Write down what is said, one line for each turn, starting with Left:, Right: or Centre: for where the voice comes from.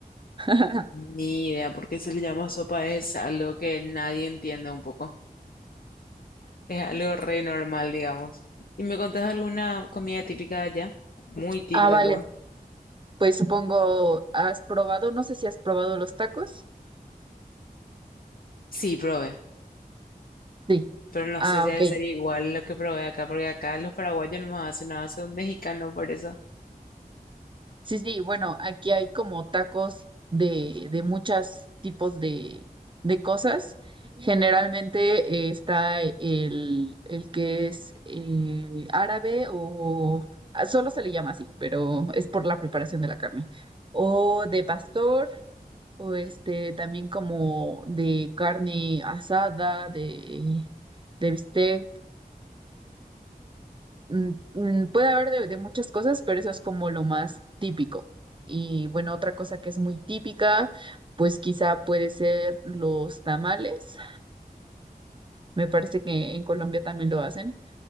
Right: <laughs>
Left: Ni idea por qué se le llama sopa, es algo que nadie entiende un poco. Es algo re normal, digamos. ¿Y me contás alguna comida típica de allá? Muy típica,
Right: Ah, vale,
Left: luego.
Right: pues supongo, ¿has probado? No sé si has probado los tacos.
Left: Sí, probé.
Right: Sí.
Left: Pero no
Right: Ah,
Left: sé si debe
Right: ok.
Left: ser igual lo que probé acá, porque acá los paraguayos no más hacen nada, hace un mexicano por eso.
Right: Sí, sí, bueno, aquí hay como tacos de, de muchos tipos de, de cosas. Generalmente eh, está el, el que es eh, árabe o ah, solo se le llama así, pero es por la preparación de la carne. O de pastor, o este también como de carne asada, de, de bistec, Mm, mm, Puede haber de, de muchas cosas, pero eso es como lo más típico. Y bueno, otra cosa que es muy típica, pues quizá puede ser los tamales. Me parece que en Colombia también lo hacen,